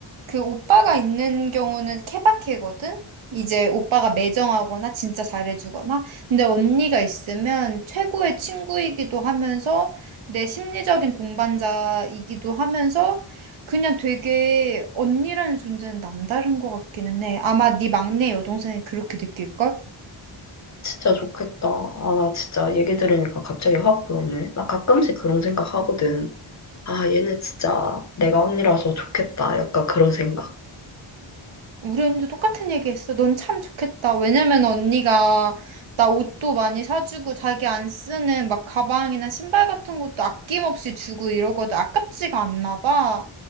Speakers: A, on the right (about 75°); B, on the left (about 35°).
A: 그 오빠가 있는 경우는 케바케거든? 이제 오빠가 매정하거나 진짜 잘해주거나. 근데 언니가 있으면 최고의 친구이기도 하면서 내 심리적인 동반자이기도 하면서 그냥 되게 언니라는 존재는 남다른 것 같기는 해. 아마 네 막내 여동생이 그렇게 느낄걸?
B: 진짜 좋겠다. 아, 나 진짜 얘기 들으니까 갑자기 확 부럽네. 나 가끔씩 그런 생각 하거든. 아, 얘네 진짜 내가 언니라서 좋겠다. 약간 그런 생각.
A: 우리 언니도 똑같은 얘기 했어. 넌 참 좋겠다. 왜냐면 언니가 나 옷도 많이 사주고 자기 안 쓰는 막 가방이나 신발 같은 것도 아낌없이 주고 이러거든. 아깝지가 않나 봐.